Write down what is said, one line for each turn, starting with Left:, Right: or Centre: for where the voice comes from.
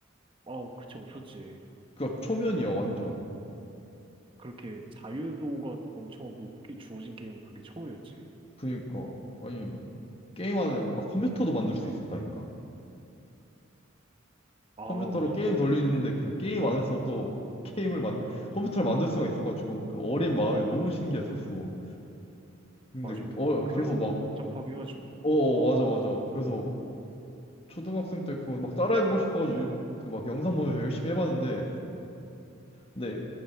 Right: 아, 그치, 없었지.
Left: 그러니까 초면이야 완전.
Right: 그렇게 자유도가 엄청 높게 주어진 게임은 그게 처음이었지.
Left: 그러니까 아니 게임 안에 막 컴퓨터도 만들 수 있었다니까.
Right: 아,
Left: 컴퓨터로
Right: 맞아,
Left: 게임
Right: 막,
Left: 돌리는데 그 게임 안에서 또 게임을 만 컴퓨터를 만들 수가 있어가지고 그 어린 마음에 너무 신기했었어. 근데
Right: 맞아.
Left: 어
Right: 그
Left: 그래서
Right: 회로
Left: 막
Right: 막 복잡하게 해가지고.
Left: 어 어, 맞아 맞아. 그래서 초등학생 때 그거 막 따라해보고 싶어가지고 그 막 영상 보면서 열심히 해봤는데 근데